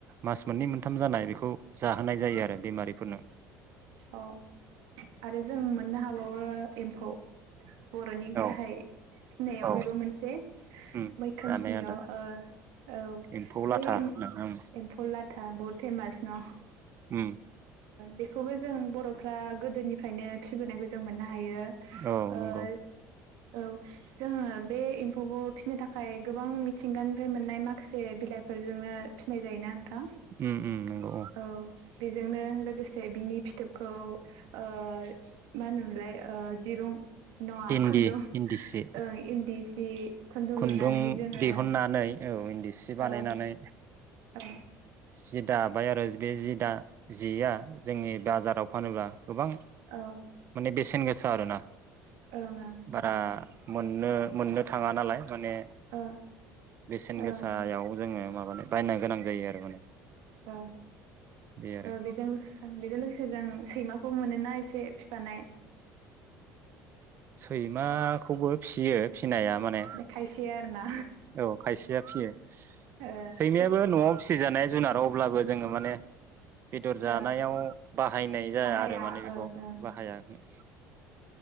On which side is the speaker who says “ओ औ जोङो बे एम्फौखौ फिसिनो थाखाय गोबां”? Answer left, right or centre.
Right